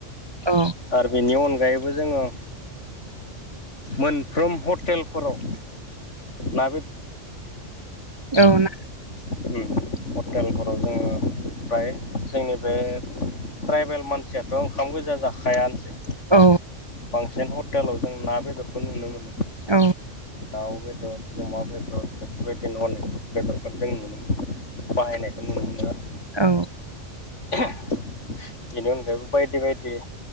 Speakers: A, on the right; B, on the left.
A: अ
B: आरो बिनि अनगायैबो जोङो मोनफ्रोम हटेलफोराव ना
A: औ-औ ना
B: उम हटेलफोराव जोङो फ्राय जोंनि बे ट्राइबेल मानसियाथ' ओंखाम गोजा जाखायानोसै
A: औ
B: बांसिन हटेलाव जों ना बेदरखौ नुनो मोनो
A: औ
B: दाव बेदर अमा बेदर बेफोरबायदि बिनो अनेक बेदरखौ जों नुनो मोनो बाहायनायखौ नुनो मोनो आरो
A: औ
B: बेनि अनगायैबो बायदि-बायदि